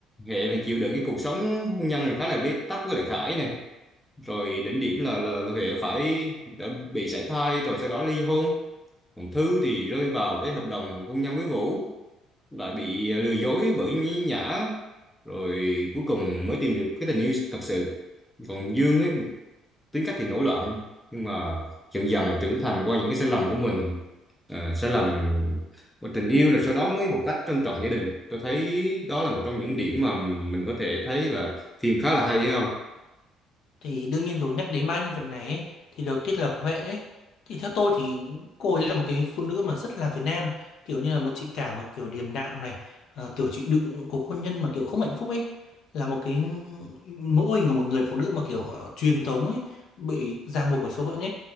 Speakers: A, in the centre; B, on the left.
A: Huệ phải chịu đựng cái cuộc sống hôn nhân này khá là bế tắc với lại Khải này rồi đỉnh điểm là, là, là Huệ phải đã bị sảy thai rồi sau đó ly hôn còn Thư thì rơi vào cái hợp đồng hôn nhân với Vũ lại bị à, lừa dối bởi nhí nhã rồi cuối cùng mới tìm được cái tình yêu thật sự còn Dương ấy tính cách thì nổi loạn nhưng mà dần dần là trưởng thành qua những cái sai lầm của mình ờ, sai lầm của tình yêu rồi sau đó mới học cách trân trọng gia đình tôi thấy đó là một trong những điểm mà mình có thể thấy là phim khá là hay thấy không
B: Thì đương nhiên rồi nhắc đến ba nhân vật này ấy, thì đầu tiên là Huệ ấy. Thì theo tôi thì cô ấy là một cái phụ nữ mà rất là Việt Nam kiểu như là một chị cả mà kiểu điềm đạm này ờ, kiểu chịu đựng cuộc hôn nhân mà kiểu không hạnh phúc ấy là một cái mẫu hình của một người phụ nữ mà kiểu ờ, truyền thống ấy bị ràng buộc bởi số phận ấy